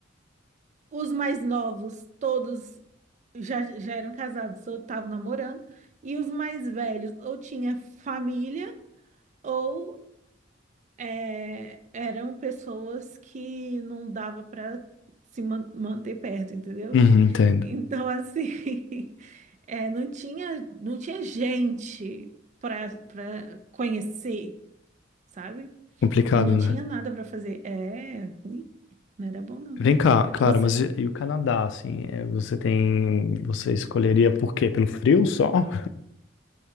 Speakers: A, on the right; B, on the left.
A: Os mais novos, todos já, já eram casados ou estavam namorando, e os mais velhos ou tinha família ou é, eram pessoas que não dava para se man- manter perto, entendeu?
B: Uhum, entendo.
A: Então, assim, <laughs> é, não tinha, não tinha gente para para conhecer, sabe?
B: Complicado,
A: E não tinha
B: né?
A: nada para fazer. É, ruim. Não era bom, não.
B: Vem cá, Clara,
A: Você,
B: mas e- E o Canadá, assim, é, você tem. Você escolheria por quê? Pelo frio só?